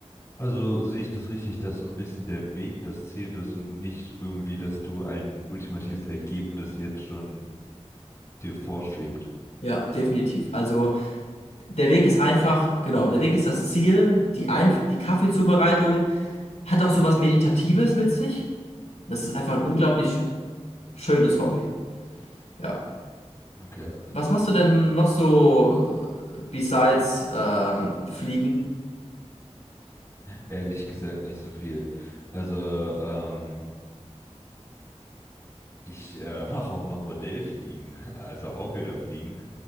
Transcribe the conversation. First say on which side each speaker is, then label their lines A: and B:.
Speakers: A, on the left; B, on the left.
A: Also sehe ich das richtig, dass so ein bisschen der Weg das Ziel ist und nicht irgendwie, dass du ein ultimatives Ergebnis jetzt schon dir vorschwebt.
B: Ja, definitiv. Also der Weg ist einfach, genau, der Weg ist das Ziel. Die, Einf die Kaffeezubereitung hat auch sowas Meditatives mit sich. Das ist einfach ein unglaublich schönes Hobby. Ja.
A: Okay.
B: Was machst du denn noch so äh, besides ähm, Fliegen?
A: Ehrlich gesagt nicht so viel. Also, ähm, ich äh, <laughs> mache auch noch Modellfliegen, <laughs> also auch wieder Fliegen.